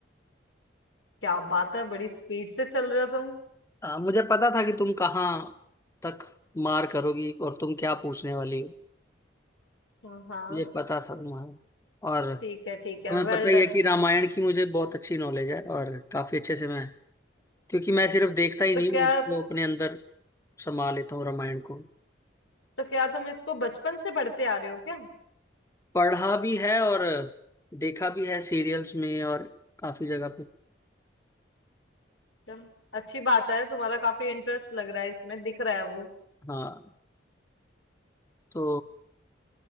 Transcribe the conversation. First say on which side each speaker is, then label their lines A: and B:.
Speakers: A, on the left; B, on the left.
A: क्या बात है बड़ी स्पीड से चल रहे हो तुम
B: आ, मुझे पता था कि तुम कहाँ तक मार करोगी और तुम क्या पूछने वाली हो
A: हाँ हाँ
B: मुझे पता था तुम्हारा और
A: ठीक है ठीक
B: तुम्हें
A: है वेल
B: पता ही
A: डन
B: है कि रामायण की मुझे बहुत अच्छी नॉलेज है और काफी अच्छे से मैं क्योंकि मैं सिर्फ देखता ही
A: तो
B: नहीं
A: क्या
B: हूँ उसको अपने अंदर समा लेता हूँ रामायण को
A: तो क्या तुम इसको बचपन से पढ़ते आ रहे हो क्या
B: पढ़ा भी है और देखा भी है सीरियल्स में और काफी जगह पे
A: चलो अच्छी बात है तुम्हारा काफी इंटरेस्ट लग रहा है इसमें दिख रहा है वो
B: हाँ तो